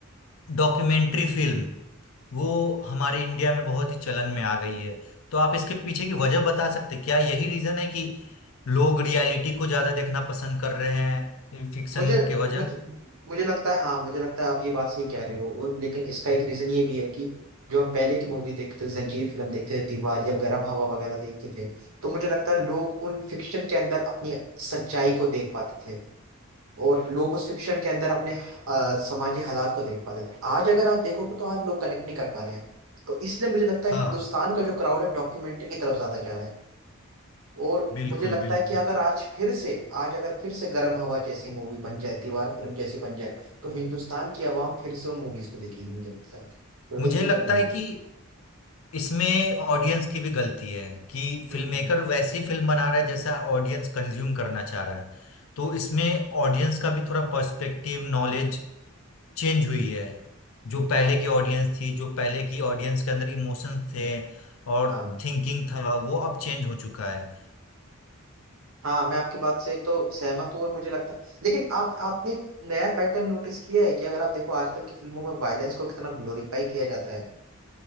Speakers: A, on the left; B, on the right.
A: डॉक्यूमेंट्री फिल्म वो हमारे इंडिया में बहुत ही चलन में आ गई है तो आप इसके पीछे की वजह बता सकते हैं? क्या यही रीजन है कि लोग रियलिटी को ज्यादा देखना पसंद कर रहे हैं फिक्शन
B: मुझे
A: के वजह
B: मुझे मुझे लगता है हाँ मुझे लगता है आप ये बात सही कह रहे हो और लेकिन इसका एक रीजन ये भी है कि जो हम पहले की मूवी देखते थे जंजीर फिल्म देखते थे दीवार या गरम हवा वगैरह देखते थे तो मुझे लगता है लोग उन फिक्शन के अंदर अपनी सच्चाई को देख पाते थे और लोग उस फिक्शन के अंदर अपने अ, सामाजिक हालात को देख पाते थे आज अगर आप देखोगे तो आज लोग कनेक्ट नहीं कर पा रहे हैं तो इसलिए मुझे लगता है
A: हाँ
B: हिंदुस्तान का जो क्राउड है डॉक्यूमेंट्री की तरफ ज्यादा जा रहा है और
A: बिल्कुल
B: मुझे लगता
A: बिल्कुल
B: है कि अगर आज फिर से आज अगर फिर से गर्म हवा जैसी मूवी बन जाए दीवार फिल्म जैसी बन जाए तो हिंदुस्तान की आवाम फिर से उन मूवीज को देखेगी मुझे लगता है छोड़ेगी
A: मुझे लगता
B: तो नहीं
A: है कि इसमें ऑडियंस की भी गलती है कि
B: हम्म
A: फिल्म
B: हम्म,
A: मेकर वैसी फिल्म बना रहा है जैसा ऑडियंस कंज्यूम करना चाह रहा है तो इसमें ऑडियंस का भी थोड़ा पर्सपेक्टिव नॉलेज चेंज हुई है जो पहले की ऑडियंस थी जो पहले की ऑडियंस के अंदर इमोशंस
B: हम्म,
A: थे और
B: हाँ
A: थिंकिंग था वो अब चेंज हो चुका है
B: हाँ मैं आपकी बात से एक तो सहमत हूँ और मुझे लगता है लेकिन आप आपने एक नया पैटर्न नोटिस किया है कि अगर आप देखो आजकल की फिल्मों में वायलेंस को कितना ग्लोरीफाई किया जाता है